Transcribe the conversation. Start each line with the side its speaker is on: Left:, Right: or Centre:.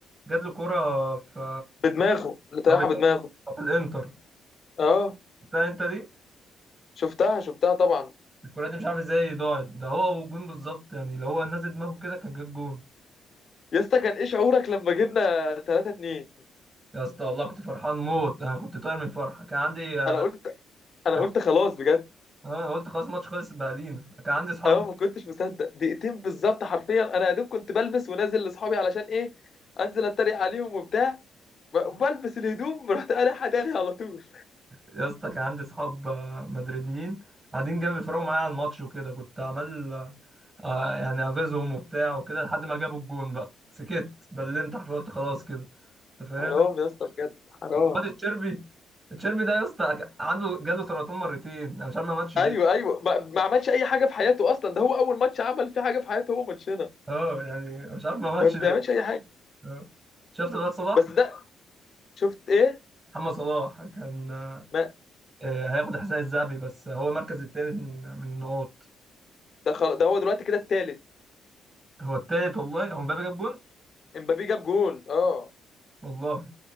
Right: جات له كوره في
Left: بدماغه اللي طيحها
Right: هو بيدور
Left: بدماغه
Right: بتاعت الانتر
Left: اه
Right: بتاع انت دي
Left: شفتها شفتها طبعا
Right: الكوره دي مش عارف ازاي ضاعت ده هو والجون بالظبط يعني لو هو نازل دماغه كده كان جاب جون
Left: يا اسطى كان ايه شعورك لما جبنا 3 2
Right: يا اسطى والله كنت فرحان موت انا كنت طاير من فرحه كان عندي آه،
Left: انا قلت انا
Right: كان...
Left: قلت خلاص بجد
Right: آه، قلت خلاص الماتش خلص بقى لينا كان عندي اصحاب
Left: اه ما كنتش مصدق دقيقتين بالظبط حرفيا انا يا دوب كنت بلبس ونازل لاصحابي علشان ايه انزل اتريق عليهم وبتاع بلبس الهدوم رحت قالعها تاني على طول
Right: يا اسطى كان عندي صحاب آه، مدريديين قاعدين جنبي بيتفرجوا معايا على الماتش وكده كنت عمال آه، آه، يعني اغيظهم وبتاع وكده لحد ما جابوا الجون بقى سكت بلمت حرفيا قلت خلاص كده انت فاهم
Left: حرام يا اسطى بجد حرام
Right: وواد الشربي الشربي ده يا اسطى عنده جاله سرطان مرتين انا مش عارف ما ماتش ليه
Left: ايوه ايوه ما, ما عملش اي حاجه في حياته اصلا ده هو اول ماتش عمل فيه حاجه في حياته هو ماتشنا
Right: اه يعني مش عارف ما ماتش
Left: ما بيعملش
Right: ليه
Left: اي حاجه
Right: آه. شفت الواد صلاح
Left: بس ده شفت ايه
Right: محمد صلاح كان آه،
Left: ما
Right: آه، هياخد الحذاء الذهبي بس هو مركز التاني من من النقاط
Left: ده خلاص ده هو دلوقتي كده التالت
Right: هو التالت والله هو مبابي جاب جون
Left: امبابي جاب جول اه
Right: والله